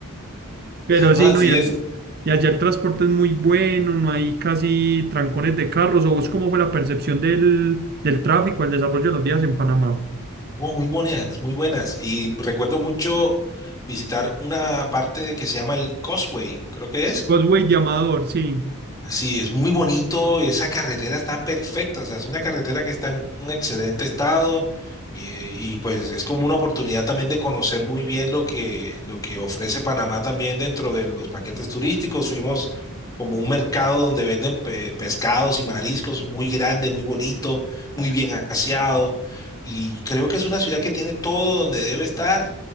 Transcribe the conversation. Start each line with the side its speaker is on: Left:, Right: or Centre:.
Right: Pero
Left: No,
Right: sí,
Left: así
Right: no, y, a-
Left: es.
Right: y allá el transporte es muy bueno, no hay casi trancones de carros. ¿O vos cómo fue la percepción del, del tráfico, el desarrollo de los vías en Panamá?
Left: Oh, muy buenas, muy buenas. Y recuerdo mucho visitar una parte que se llama el Causeway, creo que es.
Right: Vos, güey, de Amador, sí.
Left: Sí, es muy bonito, esa carretera está perfecta, o sea, es una carretera que está en un excelente estado y, y, pues es como una oportunidad también de conocer muy bien lo que, lo que ofrece Panamá también dentro de los paquetes turísticos. Fuimos como un mercado donde venden pe- pescados y mariscos muy grande, muy bonito, muy bien aseado y creo que es una ciudad que tiene todo donde debe estar,